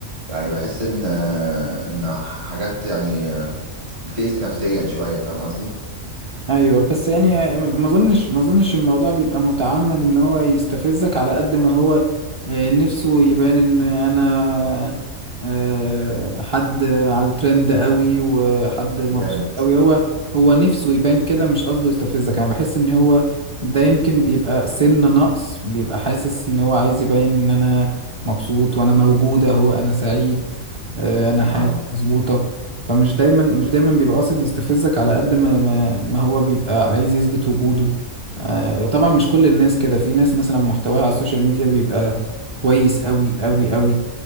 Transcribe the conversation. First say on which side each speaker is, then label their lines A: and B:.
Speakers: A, on the right; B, on the right.
A: يعني بحس ان آه، ان حاجات يعني آه، بتأذي نفسيا شوية فاهم قصدي؟
B: ايوه بس يعني ما اظنش ما اظنش الموضوع بيبقى متعمد ان هو يستفزك على قد ما هو آه، نفسه يبان ان انا آه، حد على الترند قوي وحد مبسوط
A: جامد
B: قوي هو هو نفسه يبان كده مش قصده يستفزك انا بحس ان هو ده يمكن بيبقى سنة نقص بيبقى حاسس ان هو عايز يبين ان انا مبسوط وانا موجود اهو انا سعيد آه، انا حياتي
A: اه
B: مظبوطة فمش دايما مش دايما بيبقى قاصد يستفزك على قد ما ما ما هو بيبقى عايز يثبت وجوده آه، وطبعا مش كل الناس كده في ناس مثلا محتواها على السوشيال ميديا بيبقى كويس قوي قوي قوي